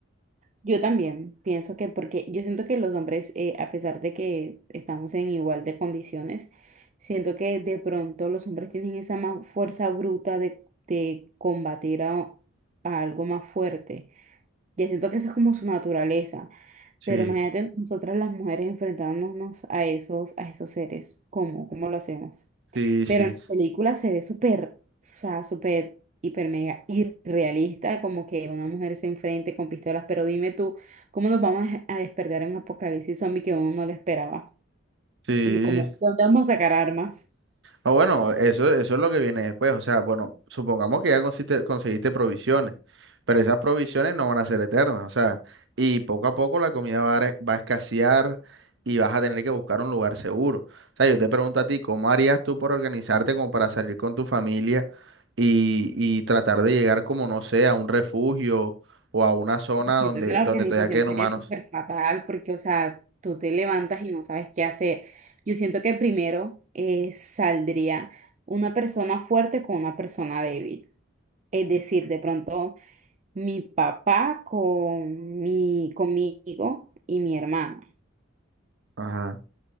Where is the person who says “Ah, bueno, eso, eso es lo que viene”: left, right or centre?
Right